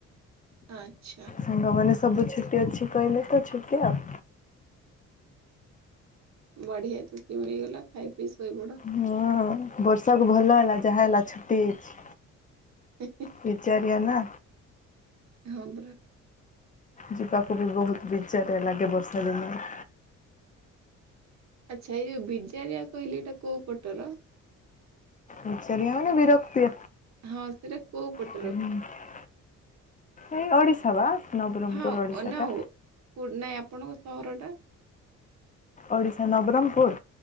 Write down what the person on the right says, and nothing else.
ଆଚ୍ଛା।
ବଢିଆ ଚୁଟି ମିଳିଗଲା ଖାଇ ପିଇ ଶୋଇପଡ଼।
ହିଁ ହିଁ।
ହଁ ପରା।
ଆଚ୍ଛା ଏଇ ଯୋଉ ବିଜାରିଆ କହିଲି ଏଇଟା କୋଉ ପଟର?
ହଁ ସେଟା କୋଉ ପଟ
ହଁନା
ହଉ ନାଇଁ ଆପଣଙ୍କ ସହର ଟା?